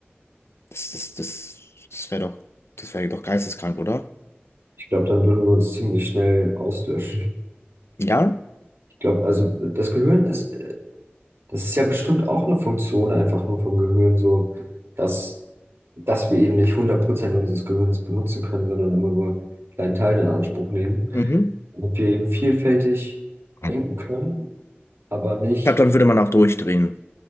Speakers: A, on the left (about 80°); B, on the right (about 85°).
A: Das, das, das, das wäre doch, das wäre doch geisteskrank, oder?
B: ich glaube, dann würden wir uns ziemlich schnell auslöschen.
A: Ja?
B: Ich glaube, also das Gehirn ist Das ist ja bestimmt auch eine Funktion einfach nur vom Gehirn, so dass, dass wir eben nicht 100% unseres Gehirns benutzen können, sondern immer nur einen kleinen Teil in Anspruch nehmen.
A: Mhm.
B: Und wir eben vielfältig
A: Ich
B: denken können, aber nicht,
A: glaube, dann würde man auch durchdrehen.